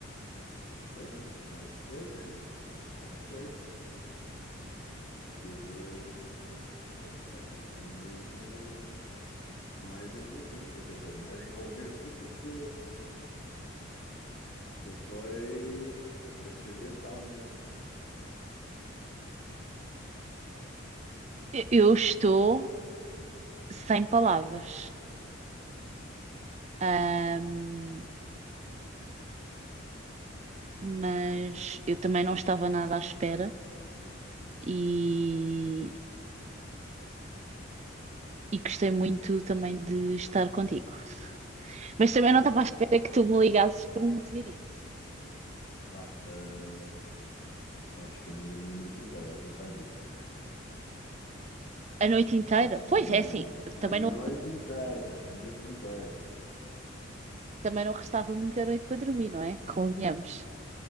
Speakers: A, on the left; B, on the right.
A: Foi, claro que foi, né? Claro que foi. que aquilo, pronto, só faltou mesmo mais envolvência, quer dizer, mais envolvência do que aquilo foi transcendental mesmo.
B: E- Eu estou sem palavras, Ahm, mas eu também não estava nada à espera e, e gostei muito também de estar contigo. Mas
A: Então,
B: também não estava à espera
A: e,
B: que tu me ligasses para me dizer isso.
A: pá, ah, sabes que eu não dormi a noite inteira a pensar nisto.
B: A noite inteira?
A: Sabes que
B: Pois
A: eu,
B: é, assim, também
A: a
B: não,
A: noite inteira, a noite inteira.
B: também não restava muita noite para dormir, não é? Convenhamos.